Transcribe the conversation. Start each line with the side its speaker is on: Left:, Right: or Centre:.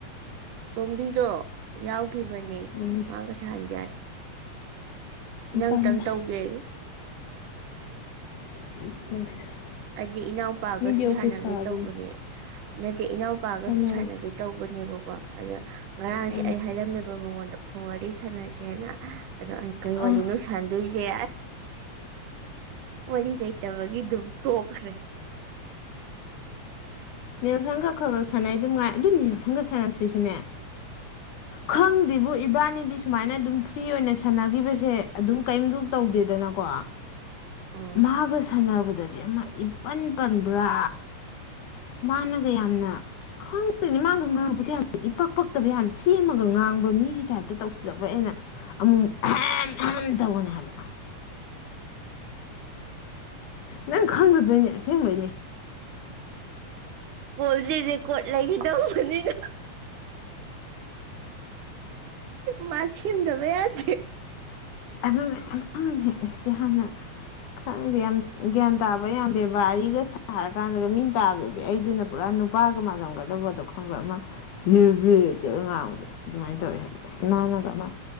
Right: ꯇꯣꯝꯕꯤꯗꯣ ꯌꯥꯎ ꯈꯤꯕꯅꯤ
Left: ꯎꯝ
Right: ꯃꯥꯒ ꯁꯥꯅꯖꯦ ꯍꯥꯏ꯫ ꯅꯪꯇꯪ
Left: ꯇꯜꯂꯦ
Right: ꯇꯧꯒꯦ <inaudible>
Left: <unintelligible>
Right: ꯍꯥꯏꯗꯤ ꯏꯅꯥꯎꯄꯥꯒꯁꯨ
Left: ꯃꯤꯗꯤ ꯑꯣꯐꯤꯁ
Right: ꯁꯥꯟꯅꯒꯦ
Left: ꯀꯥꯕꯤꯅꯤ
Right: ꯇꯧꯕꯅꯦ ꯅꯠꯇꯦ ꯏꯅꯥꯎꯄꯥꯒꯁꯨ
Left: ꯁꯥꯟꯅꯧ
Right: ꯁꯥꯟꯅꯒꯦ ꯇꯧꯕꯅꯦꯕꯀꯣ ꯑꯗ ꯉꯔꯥꯡꯁꯦ
Left: ꯎꯝ
Right: ꯑꯩ ꯍꯥꯏꯔꯝꯃꯦꯕ ꯃꯉꯣꯟꯗ ꯐꫭꯟ ꯋꯥꯔꯤ ꯁꯥꯟꯅꯁꯦꯅ ꯑꯗꯣ ꯑꯩ ꯀꯩ
Left: ꯑ
Right: ꯋꯥꯔꯤꯅꯣ ꯁꯥꯟꯗꯣꯏꯁꯦ ꯋꯥꯔꯤ ꯂꯩꯇꯕꯒꯤ ꯑꯗꯨ ꯇꯣꯛꯈ꯭ꯔꯦ
Left: ꯅꯦꯜꯁꯪꯒ ꯈ ꯈ ꯁꯥꯟꯅꯩ ꯑꯗꯨꯝ ꯉꯥꯏ ꯑꯗꯨ ꯅꯦꯜꯁꯪꯒ ꯁꯥꯟꯅꯕꯁꯤꯁꯨꯅꯦ ꯈꯪꯗꯦꯕꯨ ꯏꯕꯥꯅꯤꯗꯤ ꯁꯨꯃꯥꯏꯅ ꯑꯗꯨꯝ ꯐ꯭ꯔꯤ ꯑꯣꯏꯅ ꯁꯥꯟꯅꯒꯤꯈꯤꯕꯁꯦ ꯑꯗꯨꯝ ꯀꯏꯝꯁꯨ ꯇꯧꯗꯦꯗꯅꯀꯣ
Right: ꯎꯝ
Left: ꯃꯥꯒ ꯁꯥꯟꯅꯕ ꯑꯗꯨꯗꯗꯤ ꯑꯃ ꯏꯄꯟ ꯄꯟꯕ꯭ꯔꯥ ꯃꯥꯅꯒ ꯌꯥꯝꯅ ꯈꯪꯗꯣꯏꯅꯤ ꯃꯥꯒ ꯉꯥꯡꯕꯗ ꯌꯥꯝ ꯏꯄꯛ ꯄꯛꯇꯕ ꯌꯥꯝ ꯁꯦꯝꯃꯒ ꯉꯥꯡꯕ ꯃꯤꯒꯤ ꯇꯥꯏꯞꯇ ꯇꯧꯁꯤꯜꯂꯛꯄꯩ ꯑꯩꯅ ꯑꯃꯨꯃꯨꯛ ꯑꯍꯦ ꯑꯍꯝ ꯇꯧꯕꯅꯦ ꯍꯥꯏꯕ ꯅꯪ ꯈꯪꯗꯗꯣꯏꯅꯦ ꯑꯁꯦꯡꯕꯩꯅꯦ
Right: ꯀꯣꯜꯖꯦ ꯔꯦꯀꯣꯠ ꯂꯩꯅ ꯇꯧꯕꯅꯤ ꯅꯪ ꯃꯥ ꯁꯦꯝꯗꯕ ꯌꯥꯗꯦ
Left: ꯑꯗꯨꯅꯦ ꯑꯝ ꯑꯁ ꯌꯥꯝꯅ ꯈꯪ ꯈꯪꯗꯦ ꯌꯥꯝ ꯒ꯭ꯌꯥꯟ ꯇꯥꯕ ꯌꯥꯝ ꯕꯦꯕꯥꯔꯤꯒ ꯁꯥꯔꯀꯥꯟꯗꯒ ꯃꯤ ꯇꯥꯕꯗꯗꯤ ꯑꯩꯗꯨꯅ ꯄꯨꯔꯥ ꯅꯨꯄꯥꯒ ꯃꯥꯥꯟꯂꯝꯒꯗꯕꯗꯣ ꯈꯪꯕ꯭ꯔ ꯑꯃ ꯕꯔꯤ ꯕꯔꯤ ꯇꯧꯔ ꯉꯥꯡꯕꯗꯣ ꯑꯗꯨꯃꯥꯏꯅ ꯇꯧꯋꯦ ꯍꯥꯏꯕ ꯏꯁ ꯃꯥꯅꯒ ꯑꯃ